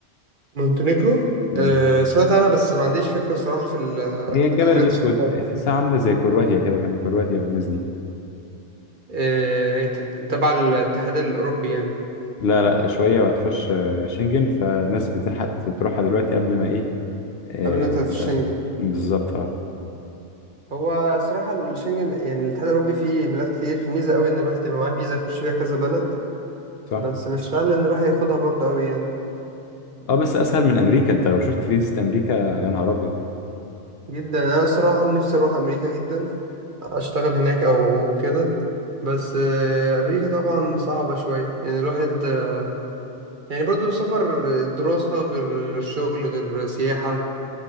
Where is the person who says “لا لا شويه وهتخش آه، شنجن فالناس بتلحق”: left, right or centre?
Left